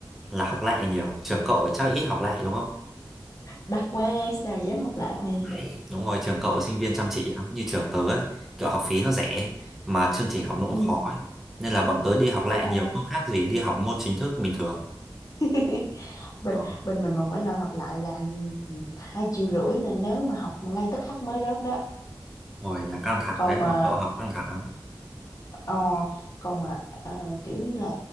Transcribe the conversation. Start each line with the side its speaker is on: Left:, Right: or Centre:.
Centre: là học lại nhiều trường cậu thì chắc ít học lại đúng không
Left: đặt qua sao dám hợp lại
Centre: Đấy. đúng rồi trường cậu sinh viên chăm chỉ lắm như trường tớ ấy, kiểu học phí nó rẻ mà chương trình học nó cũng
Left: ừ,
Centre: khó
Left: ừ.
Centre: ấy. nên là bọn tớ đi học lại
Left: ờ.
Centre: nhiều không khác gì đi học môn chính thức bình thường
Left: <laughs> bên
Centre: đó
Left: bên mình mà mỗi lần học lại là hai triệu rưỡi là nếu mà học ngay tức khắc mới rớt đó
Centre: Rồi là căng thẳng
Left: còn
Centre: đấy,
Left: mà
Centre: mà cậu học căng thẳng lắm.
Left: Ờ, còn mà ờ, kiểu như là